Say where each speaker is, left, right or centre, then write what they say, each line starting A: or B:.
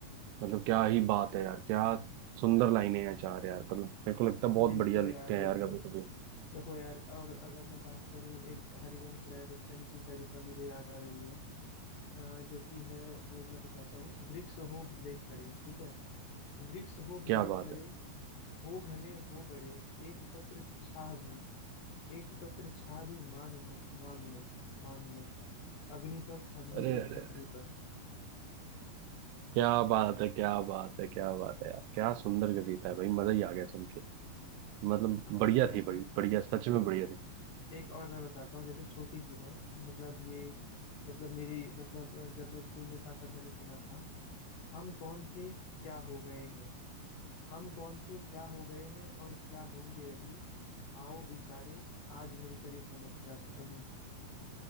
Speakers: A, on the right; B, on the left.
A: मतलब क्या ही बात है यार क्या सुंदर लाइनें हैं चार यार मतलब मेरे को लगता है बहुत
B: बिल्कुल
A: बढ़िया लिखते
B: यार
A: हैं
B: बिल्कुल
A: यार कभी कभी
B: देखो यार और अगर मैं बात करूँ एक हरिवंश राय बच्चन की कविता मुझे याद आ रही है अ, जो कि है ये मैं बताता हूँ वृक्ष हो भले खड़े ठीक है वृक्ष हो
A: क्या
B: भले
A: बात
B: खड़े
A: है
B: हो घने हो बड़े एक पत्र छाह भी एक पत्र छाह भी मांग मत मांग मत मांग मत अग्निपथ अग्निपथ
A: अरे अरे
B: अग्निपथ
A: क्या बात है क्या बात है क्या बात है यार क्या सुंदर कविता है भाई मजा ही आ गया सुन के मतलब
B: अब
A: बढ़िया
B: जैसे
A: थी बड़ी बढ़िया सच में बढ़िया थी
B: एक और मैं बताता हूँ जैसे छोटी सी है मतलब ये मतलब मेरी मतलब जब मैं स्कूल में था तब मैंने सुना था हम कौन थे क्या हो गए हैं हम कौन थे क्या हो गए हैं और क्या होंगे अभी आओ विचारे आज मिलकर ये समस्या से अभी